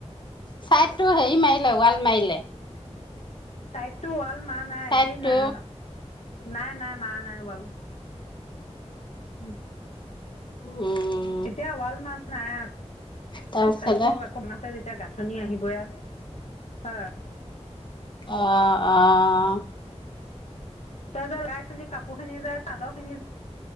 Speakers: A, on the left; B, on the left.
A: ছাইড টো হেৰি মাৰিলে, ৱাল মাৰিলে।
B: চাইডতটো ৱাল মাৰা নাই
A: চাইডটো
B: এতিই নাই নাই-নাই মাৰা নাই ৱাল। উ'ম।
A: উ'ম।
B: এতিয়া ৱালমাৰা নাই
A: তাৰপিছতে
B: চাইদটো, কমাতে <unintelligible> তেতিয়া গাথনি আহিবই এইয়াত হ।
A: অ', অঁ,
B: তাৰ পৰা যে, লৰা-ছোৱালী কাপোৰ খিনি যায় চাদৰ খিনি,